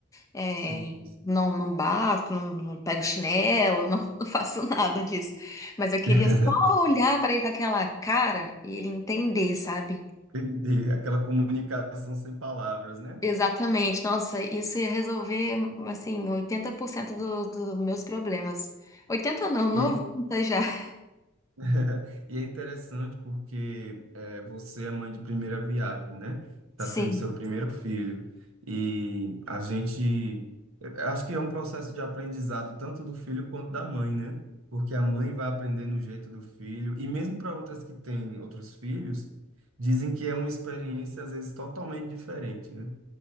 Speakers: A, on the left; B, on the right.
A: É,
B: Sim, sim.
A: não, não bato, não, não pego chinelo, não, <laughs> não faço nada disso. Mas eu queria
B: <laughs>
A: só olhar para ele com aquela cara e ele entender, sabe?
B: Entendi. Aquela comunicação sem palavras, né?
A: Exatamente. Nossa, isso ia resolver, assim, 80% do- dos meus problemas. oitenta não, 90
B: E é
A: já. <laughs>
B: <laughs> E é interessante porque eh, você é mãe de primeira viagem, né? Está
A: Sim,
B: sendo seu primeiro filho. E a gente. eu Acho que é um processo de aprendizado tanto do filho quanto da mãe, né? Porque a mãe vai aprendendo o jeito do filho. E mesmo para outras que têm outros filhos, dizem que é uma experiência, às vezes, totalmente diferente, né?